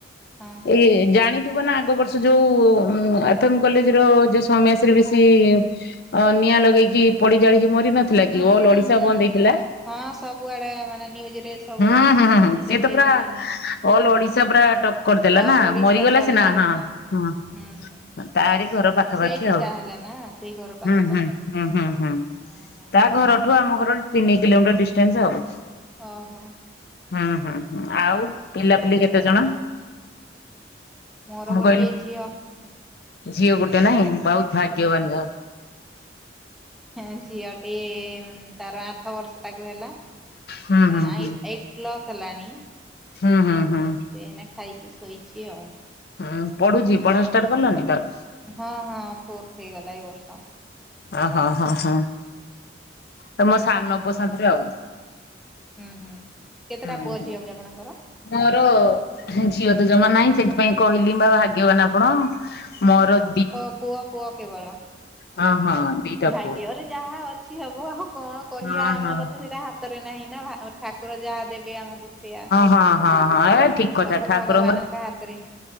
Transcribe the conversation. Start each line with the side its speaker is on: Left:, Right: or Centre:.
Centre: ହଁ ହଁ
Left: ଏଇ ଜାଣି ନା ଆଗ ବର୍ଷ ଯୋଉ ଏଫ୍ ମ୍ କଲେଜ ର ଯୋଉ ସୌମ୍ୟାଶ୍ରୀ ବେଶି ଅ ନିଆଁ ଲଗେଇକି ପୋଡି ଜଳିକି ମରି ନଥିଲା
Centre: ହୁଁ
Left: କି ଅଲ
Centre: ହୁଁ
Left: ଓଡିଶା
Centre: ହୁଁ
Left: ବନ୍ଦ ହେଇଥିଲା।
Centre: ହୁଁ ହଁ ସବୁଆଡେ ମାନେ ନିଉଜରେ ସବୁ
Left: ହଁ ହଁ ହଁ ସିଏ
Centre: ଦେଖେଇଥିଲା
Left: ତ ପୁରା
Centre: ହଁ।
Left: ଅଲ ଓଡିଶା ପରା ଟପ କରିଦେଲା
Centre: ଅଲ୍
Left: ନା
Centre: ଓଡିଶା
Left: ମରିଗଲା
Centre: ସବୁଆଡେ
Left: ସିନା ହଁ ହଁ
Centre: ହୁଁ ହୁଁ
Left: ତାରି ଘର ପାଖାପାଖି
Centre: ସେଇଠି
Left: ଆଉ
Centre: ତାହେଲେ ନା ସେଇ ଘର ପାଖାପାଖି
Left: ହୁଁ ହୁଁ। ହୁଁ ହୁଁ ହୁଁ
Centre: ହଁ ହଁ
Left: ତା ଘରଠୁ ଆମ ଘର ତିନି କିଲୋମିଟର ଡିଷ୍ଟାନ୍ସ ଆଉ।
Centre: ହ ହ।
Left: ହୁଁ ହୁଁ ଆଉ ପିଲାପିଲି
Centre: ପାଖାପାଖି
Left: କେତେଜଣ?
Centre: ମୋର ଗୋଟିଏ
Left: କହିଲି
Centre: ଝିଅ।
Left: ଝିଅ ଗୋଟେ ନାଇଁ ବହୁତ ଭାଗ୍ୟବାନ
Centre: ହୁଁ
Left: ଯାହାହେଉ।
Centre: ହେ ଝିଅଟି ତାର ଆଠ ବର୍ଷ ତାକୁ ହେଲା।
Left: ହୁଁ ହୁଁ
Centre: ଆଇଟ୍
Left: ହୁଁ।
Centre: ଏଇଟ ପ୍ଲସ ହେଲାଣି।
Left: ହୁଁ ହୁଁ ହୁଁ।
Centre: ସେ ଏଇନା ଖାଇକି ଶୋଇଛି ଆଉ।
Left: ହୁଁ ପଢୁଚି ପଢା ଷ୍ଟାର୍ଟ କଲଣି ତାର?
Centre: ହଁ ହଁ ଫୋର୍ଥ ହେଇଗଲା ଏଇ ବର୍ଷ।
Left: ଓ ହୋ ହଁ ହଁ ତ ମୋ ସାନପୁଅ ଶାଥିରେ ଆଉ।
Centre: ହୁଁ ହୁଁ କେତେଟା
Left: ହୁଁ
Centre: ପୁଅ
Left: ହୁଁ
Centre: ଝିଅ କି ଆପଣଙ୍କର?
Left: ମୋର ଝିଅ ତ ଜମା ନାହିଁ ସେଥିପାଇଁ କହିଲି ବା ଭାଗ୍ୟବାନ ଆପଣ। ମୋର
Centre: ଓ ପୁଅ ପୁଅ କେବଳ
Left: ହଁ ହଁ ଦିଟା
Centre: ଭାଗ୍ୟରେ
Left: ପୁଅ।
Centre: ଯାହା ଅଛି। କିଛି ହବ ଆଉ କଣ କହିବା
Left: ହଁ
Centre: ଆମର
Left: ହଁ ହଁ
Centre: ତ ସେଇଟା ହାତରେ ନାହିଁ ନା ଠାକୁର ଯାହା ଦେବେ ଆମକୁ ସେଇଆ।
Left: ହଁ ହଁ ହଁ ଏ
Centre: ହୁଁ
Left: ଠିକ
Centre: ସବୁ
Left: କଥା ଠାକୁରଙ୍କର
Centre: ଭଗବାନଙ୍କ ହାତରେ।